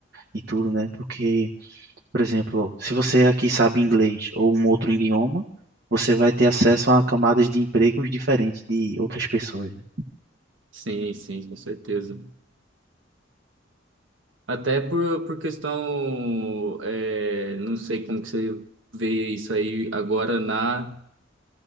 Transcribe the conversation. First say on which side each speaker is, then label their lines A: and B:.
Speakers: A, on the right; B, on the right.
A: e tudo, né? Porque, por exemplo, se você aqui sabe inglês ou um outro idioma, você vai ter acesso a camadas de empregos diferentes de outras pessoas. né?
B: Sim, sim, com certeza. Até por, por questão, é, não sei como que você vê isso aí agora na